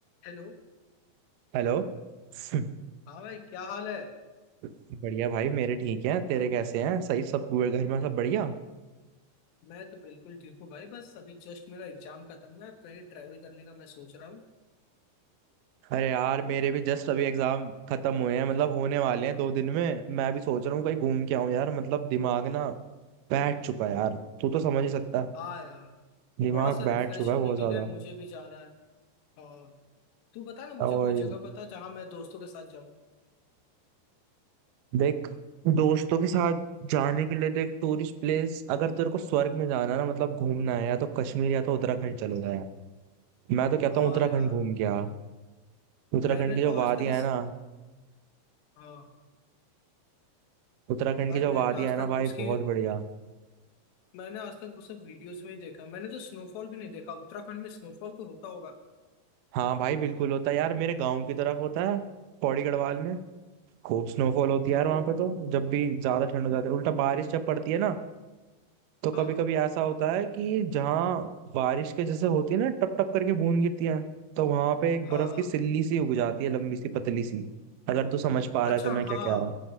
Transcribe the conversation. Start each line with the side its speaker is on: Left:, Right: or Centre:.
Left: Hello
Right: Hello <laughs>
Left: हाँ भाई क्या हाल है
Right: बढ़िया भाई मेरे ठीक हैं तेरे कैसे हैं सही सब हुए घर में सब बढ़िया
Left: मैं तो बिल्कुल ठीक हूँ भाई बस अभी जस्ट मेरा एग्जाम खत्म हुआ है कहीं ट्रैवल करने का मैं सोच रहा हूँ
Right: अरे यार मेरे भी जस्ट अभी एग्जाम खत्म हुए हैं मतलब होने वाले हैं दो दिन में मैं भी सोच रहा हूँ कहीं घूम के आऊं यार मतलब दिमाग ना बैठ चुका है यार तू तो समझ ही सकता है
Left: हाँ यार
Right: दिमाग
Left: थोड़ा सा
Right: बैठ
Left: रिफ्रेश
Right: चुका
Left: होने
Right: है बहुत
Left: के
Right: ज्यादा
Left: लिए मुझे भी जाना है हाँ तू बता ना मुझे
Right: और
Left: कोई जगह बता जहाँ मैं दोस्तों के साथ जाऊँ
Right: देख दोस्तों के साथ जाने के लिए देख टूरिस्ट प्लेस अगर तेरे को स्वर्ग में जाना है ना मतलब घूमना है या तो कश्मीर या तो उत्तराखंड चले जाए मैं तो कहता
Left: हाँ
Right: हूँ उत्तराखंड
Left: यार
Right: घूम के आ उत्तराखंड
Left: मैंने
Right: की जो
Left: तो आज
Right: वादियां
Left: तक इस
Right: है ना
Left: हाँ
Right: उत्तराखंड
Left: भाई
Right: की जो
Left: मैंने
Right: वादियां
Left: आज
Right: है ना
Left: तक
Right: भाई
Left: उसकी
Right: बहुत बढ़िया
Left: मैंने आज तक वो सब वीडियोस में ही देखा मैंने तो स्नोफॉल भी नहीं देखा उत्तराखंड में स्नोफॉल तो होता होगा
Right: हाँ भाई बिल्कुल होता है यार मेरे गांव की तरफ होता है पौड़ी गढ़वाल में खूब स्नोफॉल होती है यार वहां
Left: ओ
Right: पे तो जब भी ज्यादा ठंड हो जाती है उल्टा बारिश जब पड़ती है ना तो कभी
Left: हाँ
Right: कभी ऐसा होता है कि जहाँ बारिश के जैसे होती है ना टप टप करके बूंद गिरती है तो वहां पे एक
Left: हाँ
Right: बर्फ
Left: हाँ
Right: की सिल्ली सी उग जाती है लंबी सी पतली सी अगर तू समझ पा
Left: अच्छा
Right: रहा है तो मैं
Left: हाँ
Right: क्या कह रहा